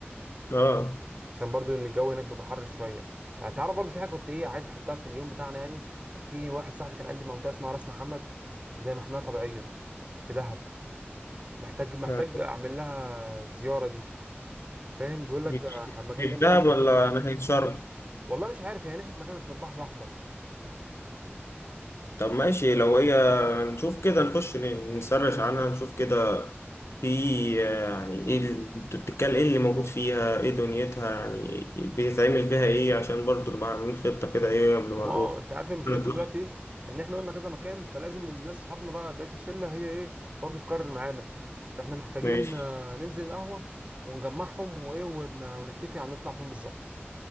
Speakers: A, on the left; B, on the right.
A: اه
B: عشان برضو ان الجو هناك بيبقى حر شويه يعني تعرف برضو في حاجه كنت ايه عايز احطها في اليوم بتاعنا يعني في واحد صاحبي كان قال لي منطقه اسمها راس محمد زي محميه طبيعيه في دهب محتاج محتاج
A: آه.
B: اعمل لها زياره دي فاهم بيقول لك
A: دي
B: آه،
A: دي
B: مكان
A: في
B: جامد
A: دهب
B: جدا
A: ولا ناحيه شرم
B: والله مش عارف هي ناحيه مكان في البحر الاحمر
A: طب ماشي لو هي نشوف كده نخش ن- نسرش عنها نشوف كده في آه، يعني ايه ال- انت بتتكلم ايه اللي موجود فيها ايه دنيتها يعني بيتعمل فيها ايه عشان برضو نبقى عاملين خطة كده ايه قبل ما
B: ما
A: نروح
B: هو انت عارف إيه مشكلتنا
A: نطلع
B: دلوقتي ايه ان احنا قلنا كذا مكان فلازم الناس صحابنا بقى بقيه الشله هي ايه برضو تكرر معانا فاحنا محتاجين
A: ماشي
B: آه، ننزل القهوه ونجمعهم وايه ون- ونتفق على نطلع فين بالظبط